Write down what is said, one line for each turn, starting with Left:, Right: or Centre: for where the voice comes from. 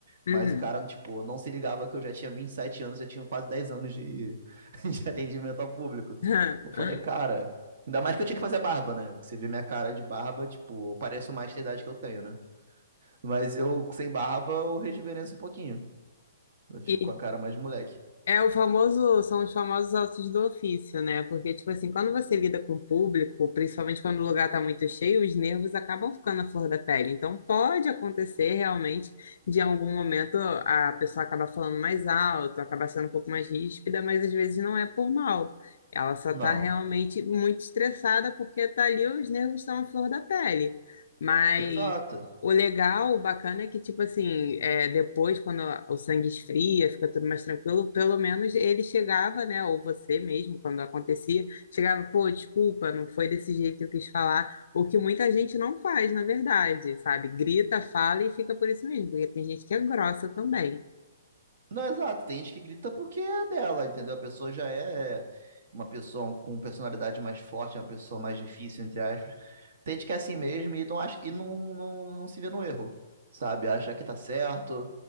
Left: Uhum.
Right: Mas o cara, tipo, não se ligava que eu já tinha 27 anos, já tinha quase 10 anos de, <laughs> de atendimento ao público.
Left: <laughs>
Right: Eu falei, cara, ainda mais que eu tinha que fazer barba, né? Que você vê minha cara de barba, tipo, eu pareço mais da idade que eu tenho, né? Mas eu, sem barba, eu rejuvenesço um pouquinho. Eu fico
Left: E
Right: com a cara mais de moleque.
Left: É o famoso, são os famosos ossos do ofício, né? Porque, tipo assim, quando você lida com o público, principalmente quando o lugar tá muito cheio, os nervos acabam ficando à flor da pele. Então, pode acontecer realmente de, em algum momento, a pessoa acaba falando mais alto, acaba sendo um pouco mais ríspida, mas às vezes não é por mal. Ela só
Right: Não.
Left: tá realmente muito estressada porque tá ali, os nervos estão à flor da pele. Mas
Right: Exato.
Left: o legal, o bacana é que, tipo assim, é, depois, quando a- o sangue esfria, fica tudo mais tranquilo, pelo menos ele chegava, né? Ou você mesmo, quando acontecia, chegava, pô, desculpa, não foi desse jeito que eu quis falar. O que muita gente não faz, na verdade, sabe? Grita, fala e fica por isso mesmo, porque tem gente que é grossa também,
Right: Não, exato. Tem gente que grita porque é dela, entendeu? A pessoa já é uma pessoa com personalidade mais forte, uma pessoa mais difícil, entre aspas. Tem gente que é assim mesmo e não acha e não, não, não se vê no erro, sabe? Acha que tá certo,